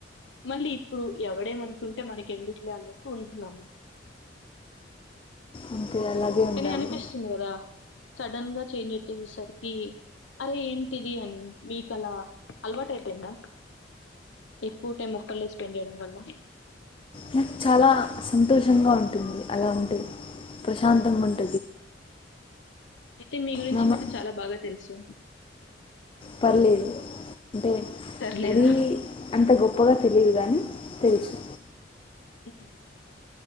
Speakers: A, on the left; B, on the left.
A: మళ్ళీ ఇప్పుడు ఎవడేమనుకుంటే మనకి ఎందుకులే అని చెప్పి ఉంటున్నా
B: అంతే అలాగే ఉండాలి
A: కాని అనిపిస్తుంది కదా సడన్ గా చేంజ్ వచ్చేసేసరికి అరె ఏంటిది అని మీకు అలా అలవాటు అయిపోయింద ఎక్కువ టైం ముక్కలే స్పెండ్ చేయడం వల్ల
B: నాకు చాలా సంతోషంగా ఉంటుంది అలా ఉంటే ప్రశాంతంగా ఉంటు
A: అయితే మీ గురించి
B: నా మ-
A: మీకు చాలా బాగా తెలుసు
B: పర్లేదు అంటే
A: తర్లేదా?
B: మరీ అంత గొప్పగా తెలీ లేదు గాని తెలుసు
A: ఉమ్